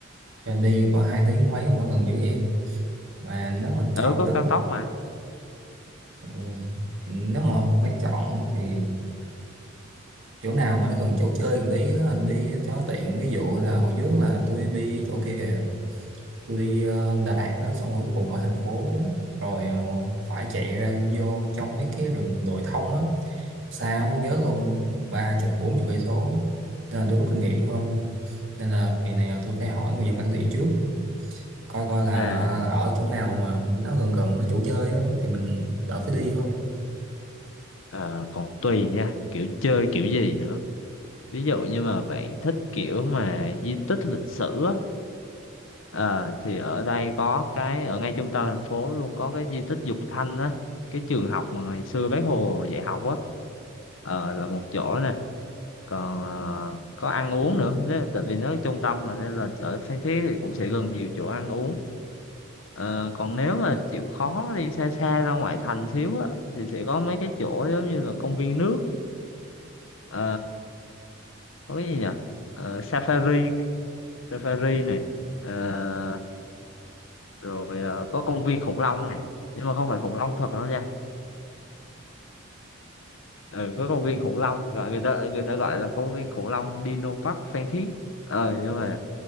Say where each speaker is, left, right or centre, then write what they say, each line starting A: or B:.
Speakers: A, on the right (about 75°); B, on the left (about 75°).
A: đi có hai tiếng mấy ở gần dữ vậy mà nếu mà
B: ở
A: chọn
B: có
A: tức
B: cao tốc mà
A: ừ, nếu mà phải chọn thì chỗ nào mà nó gần chỗ chơi một tí á, đi cho tiện ví dụ là hồi trước là tôi đi chỗ kia kìa tôi đi ờ, Đà Lạt á xong rồi cuối cùng ở thành phố rồi ờ, phải chạy ra vô trong mấy cái rừng đồi thông á xa quá nhớ luôn ba chục bốn chục cây số nên là tôi rút kinh nghiệm hơn nên là kỳ này là tôi phải hỏi người dân bản địa trước coi coi là
B: à
A: ở chỗ nào mà nó gần gần mấy chỗ chơi á thì mình đỡ phải đi hơn
B: ờ, còn tùy nha kiểu chơi kiểu gì nữa ví dụ như mà bạn thích kiểu mà di tích lịch sử á ờ, thì ở đây có cái ở ngay trung tâm thành phố luôn có cái di tích Dục Thanh á cái trường học mà ngày xưa Bác Hồ dạy học á Ờ, là một chỗ nè còn ờ, có ăn uống nữa nếu, tại vì nó ở trung tâm mà nên là ở Phan Thiết thì cũng sẽ gần nhiều chỗ ăn uống Ờ, còn nếu mà chịu khó đi xa xa ra ngoại thành xíu á thì sẽ có mấy cái chỗ giống như là công viên nước ờ, có cái gì nhỉ Ờ, safari safari này Ờ, rồi ờ, có công viên khủng long này nhưng mà không phải khủng long thật đâu nha ừ, có công viên khủng long gọi người ta người ta gọi là công viên khủng long Dino Park Phan Thiết ờ nhưng mà